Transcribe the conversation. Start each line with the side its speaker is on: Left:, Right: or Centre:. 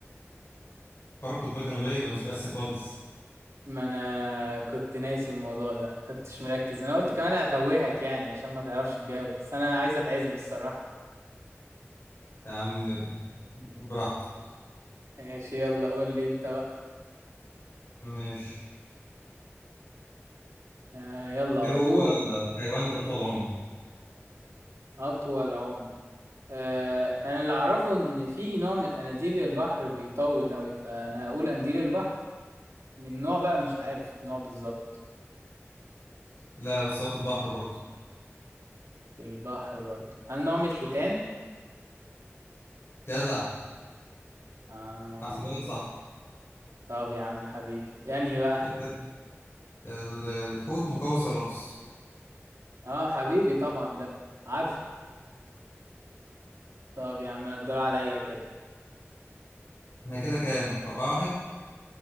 Left: قارة قطبية جنوبية يبقى مش في اسيا خالص
Right: ما انا كنت ناسي الموضوع ده خدتش مركز انا قلت كمان هتوهك يعني عشان ما تعرفش تجاوب بس انا عايز اتعزم الصراحة
Left: يا عم براحتك
Right: ماشي يلا قول لي انت
Left: ماشي
Right: آه يلا على
Left: ايه هو
Right: طول
Left: الحيوان الاطول عمر
Right: أطول عمر آه أنا اللي أعرفه إن في نوع من أناديل البحر بيطول أوي فأنا هقول أنديل البحر من نوع بقى مش عارف النوع بالظبط
Left: لا بس هو في البحر برضه
Right: في البحر برضه هل نوع من الحيتان؟
Left: جدع
Right: آه
Left: احسبها لك صح
Right: طب يا عم حبيبي يعني بقى
Left: انت كده ال- الحوت مقوس الرأس
Right: آه حبيبي طبعا ده عارفه طب يا عم أنا الدور عليا كده
Left: احنا كده كام أربعة واحد